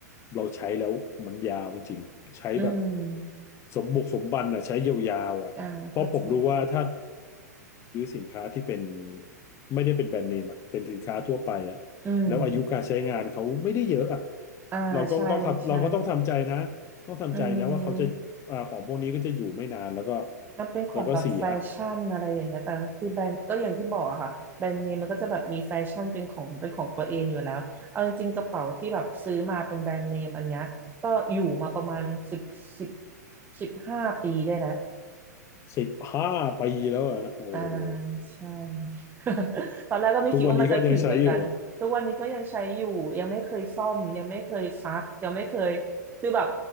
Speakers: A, on the left; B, on the right.
A: เราใช้แล้วมันยาวจริงๆใช้แบบ
B: อืม
A: สมบุกสมบันอ่ะใช้ยาวๆอ่ะเพราะผมรู้ว่าถ้า
B: อ่าเข้าใจ
A: สินค้าที่เป็นไม่ได้เป็นแบรนด์เนมอ่ะเป็นสินค้าทั่วไปอ่ะแล้วอายุการใช้งานเขาไม่ได้เยอะอ่ะ
B: อืมอ่าใช่ใช่
A: เราก็ต้องขับเราก็ต้องทำใจนะต้องทำใจนะว่าเขาจะอ่าของพวกนี้ก็จะอยู่ไม่นานแล้วก็
B: อืม มันเป็นของแบบแฟชั่นอะไรอย่างเงี้ยแต่ก็คือแบรนด์ก็อย่างที่บอกอะค่ะแบรนด์เนมมันก็จะแบบมีแฟชั่นเป็นของเป็นของตัวเองอยู่แล้วเอาจริงๆกระเป๋าที่แบบซื้อมาเป็นแบรนด์เนมอันเนี้ยก็อยู่มาประมาณสิบสิบ
A: แล้วก็เสีย
B: สิบห้าปีได้แล้ว
A: สิบห้าปีแล้วอ่ะโอ้โห
B: อ่าใช่ <laughs> ตอนแรกก็ไม่คิดว่ามันจะถึงเหมือนกันทุกวันนี้ก็ยังใช้อยู่ยังไม่เคยซ่อมยังไม่เคยซักยังไม่เคย
A: ทุกวันนี้ก็ยังใช้อยู่
B: คือแบบ